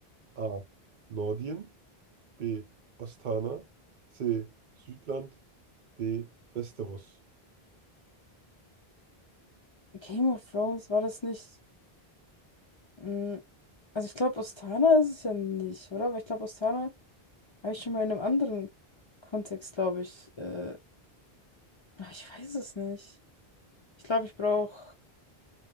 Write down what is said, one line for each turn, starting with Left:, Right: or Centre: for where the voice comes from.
Right: A. Nordien. B. Ostana. C. Südland. D. Westeros.
Left: Game of Thrones, war das nicht? mm, Also ich glaube, Ostana ist es ja nicht, oder? Weil ich glaube, Ostana habe ich schon mal in einem anderen Kontext, glaube ich. Äh, Ach, ich weiß es nicht. Ich glaube, ich brauche.